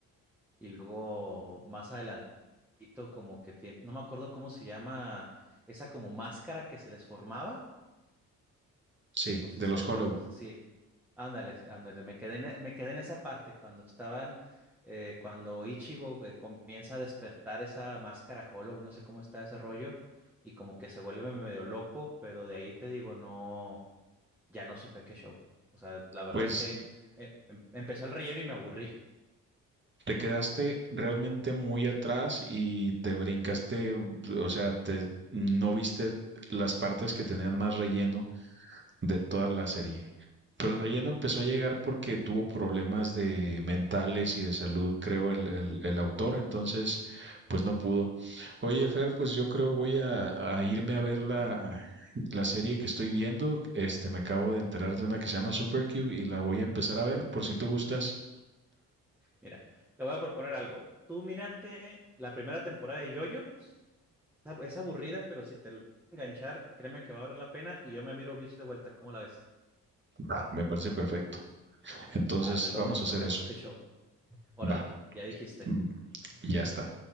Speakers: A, in the centre; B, on the right.
A: y luego más adelantito como que tiene, no me acuerdo cómo se llama esa como máscara que se les formaba,
B: Sí,
A: no sé
B: de
A: si
B: los
A: te acuerdas,
B: Hollow.
A: sí, ándale, ándale, me quedé en, e- me quedé en esa parte cuando estaban, eh, cuando Ichigo eh, comienza a despertar esa máscara Hollow, no sé cómo está ese rollo y como que se vuelve medio loco, pero de ahí te digo, no ya no supe qué show. O sea, la verdad
B: Pues
A: es que eh, em- empezó el relleno y me aburrí.
B: te quedaste realmente muy atrás y te brincaste, o sea, te, no viste las partes que tenían más relleno. de toda la serie. Pero el relleno empezó a llegar porque tuvo problemas de mentales y de salud, creo, el, el- el autor, entonces pues no pudo. Oye, Fer, pues yo creo voy a, a irme a ver la, la serie que estoy viendo. Este, me acabo de enterar de una que se llama Supercube y la voy a empezar a ver por si tú gustas.
A: Mira, te voy a proponer algo. Tú mírate la primera temporada de JoJo's. Es ab- es aburrida, pero si te logra enganchar, créeme que va a valer la pena y yo me miro Bleach de vuelta. ¿Cómo la ves?
B: Va, me parece perfecto. Entonces
A: Arre, luego
B: vamos
A: nos
B: a hacer
A: contamos
B: eso.
A: qué show. Órale,
B: Va,
A: ya dijiste.
B: mm, ya está.